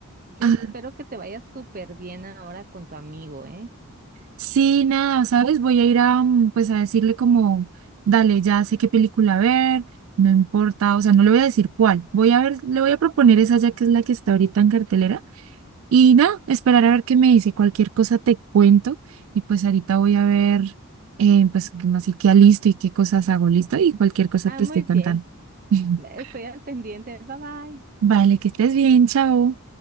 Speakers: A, on the right; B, on the right.
A: yo
B: ah,
A: espero que te vaya súper bien ahora con tu amigo, ¿eh?
B: Sí, nada, ¿sabes? Voy a ir a, mm, pues a decirle como, dale, ya sé qué película ver, no importa, o sea, no le voy a decir cuál, voy a ver, le voy a proponer esa ya que es la que está ahorita en cartelera y nada, esperar a ver qué me dice, cualquier cosa te cuento y pues ahorita voy a ver, eh, pues como así que listo y qué cosas hago listo y cualquier cosa
A: Ah,
B: te
A: muy
B: estoy
A: bien.
B: contando. <laughs>
A: Estoy al pendiente. Bye bye.
B: Vale, que estés bien, chao.